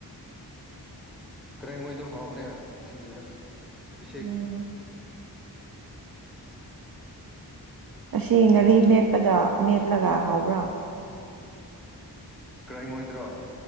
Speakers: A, in the centre; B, on the right.
A: ꯀꯔꯦꯡꯉꯣꯏꯗꯣ ꯍꯥꯎꯕꯅꯦ ꯁꯤꯡꯖꯨꯗ ꯑꯕꯤꯁꯦꯛ
B: ꯎꯝ ꯑꯁꯤ
A: <inaudible> ꯑ
B: ꯉꯥꯔꯤ ꯃꯦꯠꯄꯗ ꯃꯦꯠꯂꯒ ꯍꯥꯎꯕ꯭ꯔꯥ
A: ꯀ꯭ꯔꯥꯏ ꯑꯣꯏ ꯑꯣꯏꯗ꯭ꯔꯣ